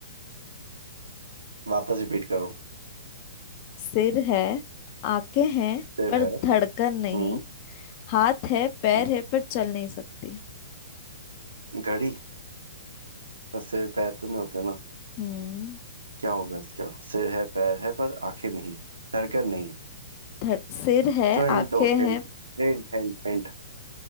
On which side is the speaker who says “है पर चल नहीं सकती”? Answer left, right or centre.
Left